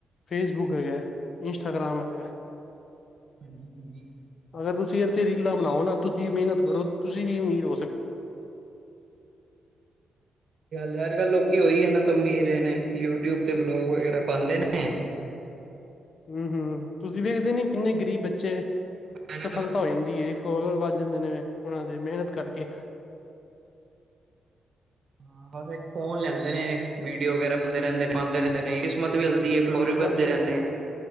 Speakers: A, on the left; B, on the right.
A: ਫੇਸਬੁੱਕ ਹੈਗਾ ਇੰਸਟਾਗ੍ਰਮ ਹੈਗਾ
B: ਹਾਂਜੀ
A: ਅਗਰ ਤੁਸੀਂ ਯ ਤੇ ਰੀਲਾ ਬਣਾਓ ਨਾ ਤੁਸੀਂ ਮਿਹਨਤ ਕਰੋ ਤੁਸੀਂ ਵੀ ਅਮੀਰ ਹੋ ਸਕਦੇ ਹੋ <inaudible>
B: ਤੇ ਅੱਜ ਕਲ ਲੋਕੀ ਉਹੀ ਇਹਨਾਂ ਤੋਂ ਅਮੀਰੇ ਨੇ ਯੂਟਿਊਬ ਤੇ ਬਲੋਗ ਵਗੈਰਾ ਪਾਉਂਦੇ ਨੇ
A: ਹਮ ਹਮ ਤੁਸੀਂ ਵੇਖਦੇ ਨੀ ਕਿੰਨੇ ਗ਼ਰੀਬ ਬੱਚੇ
B: ਹਾਂ
A: ਸਫਲਤਾ ਹੋ ਜਾਂਦੀ ਹੈ ਫਾਲੋਅਰ ਵੱਧ ਜਾਂਦੇ ਨੇ ਉਹਨਾਂ ਦੇ ਮਿਹਨਤ ਕਰਕੇ
B: ਹਾਂ ਫੇਰ ਫੋਨ ਲੈਂਦੇ ਨੇ ਵੀਡੀਓ ਵਗੈਰਾ ਪਾਉਂਦੇ ਰਹਿੰਦੇ ਨੇ ਪਾਉਦੇ ਰਹਿੰਦੇ ਨੇ ਕਿਸਮਤ ਮਿਲਦੀ ਹੈ ਫੌਲੋਅਰ ਵੀ
A: ਬਸ
B: ਵੱਧਦੇ
A: ਜੀ
B: ਰਹਿੰਦੇ
A: ਬਸ।
B: ਨੇ